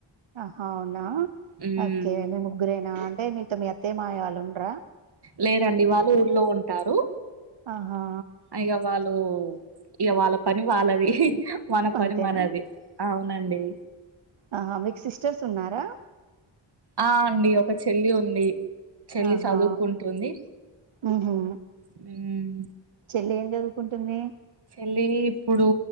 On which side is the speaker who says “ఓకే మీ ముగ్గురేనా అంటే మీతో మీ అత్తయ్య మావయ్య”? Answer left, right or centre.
Right